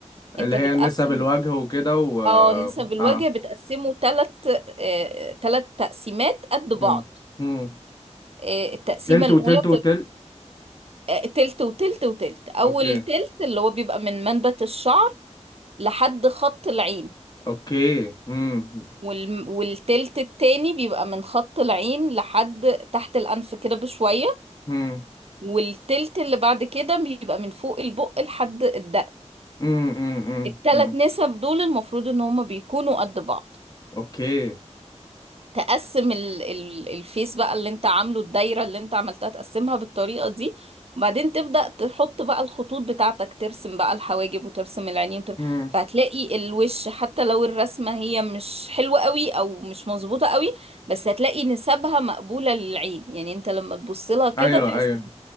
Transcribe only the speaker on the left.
اللي هي
نسب الوجه وكده و
اه
امم امم
تلت
وتلت وتلت
اوكي
اوكي امم
امم
امم امم
امم
اوكي
امم
ايوه
ايوه